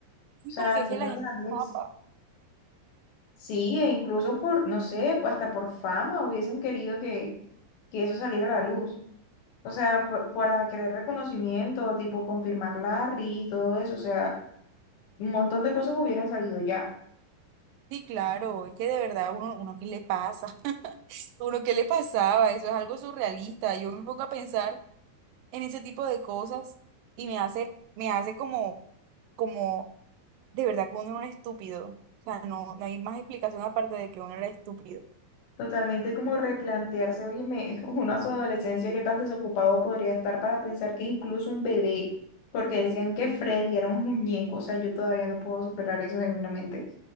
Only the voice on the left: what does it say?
o
sea,
alguna
de
las
ex. Sí, e incluso por, no sé, pues, hasta por fama hubiesen querido que, que eso saliera a la luz. O sea, por- para querer reconocimiento, tipo confirmar Larry y todo eso, o sea, un montón de cosas hubieran salido ya.
Totalmente como replantearse, óyeme, <laughs> uno a su adolescencia que tan desocupado podría estar para pensar que es incluso un bebé, porque decían que Freddy era un muñeco, o sea, yo todavía no puedo superar eso genuinamente. O